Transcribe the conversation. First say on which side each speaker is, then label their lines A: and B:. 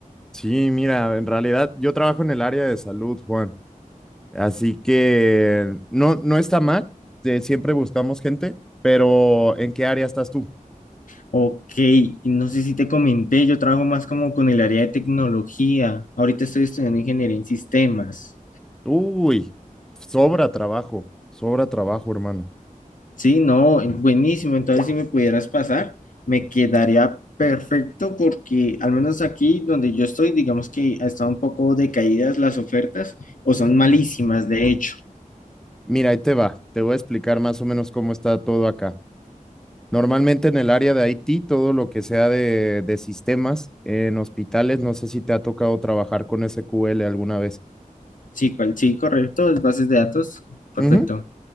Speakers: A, in the centre; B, on the left.
A: Sí, mira, en realidad yo trabajo en el área de salud, Juan, así que no, no está mal, de siempre buscamos gente, pero ¿en qué área estás tú?
B: Ok, y no sé si te comenté, yo trabajo más como con el área de tecnología, ahorita estoy estudiando ingeniería en sistemas.
A: Uy, sobra trabajo, sobra trabajo, hermano.
B: Sí, no, eh, buenísimo. Entonces, si me pudieras pasar, me quedaría perfecto porque al menos aquí donde yo estoy, digamos que ha estado un poco decaídas las ofertas o son malísimas, de hecho.
A: Mira, ahí te va, te voy a explicar más o menos cómo está todo acá. Normalmente en el área de IT, todo lo que sea de, de sistemas en hospitales, no sé si te ha tocado trabajar con SQL alguna vez.
B: Sí, cual, sí, correcto, es bases de datos, perfecto.
A: Ujú.